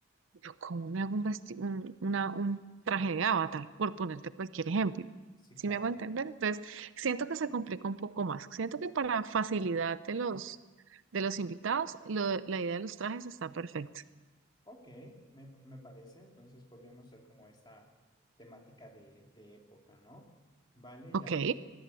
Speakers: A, on the right (about 75°); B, on the left (about 20°).
A: yo cómo me hago un, vesti- un, una- un traje de Avatar, por ponerte cualquier ejemplo.
B: sí,
A: Si
B: claro.
A: me hago entender? Entonces, siento que se complica un poco más. Siento que para facilidad de los, de los invitados, lo- la idea de los trajes está perfecta.
B: Ok, me, me parece, entonces podríamos ser como esta temática de, de época, ¿no? Vale,
A: Ok,
B: ya, lo-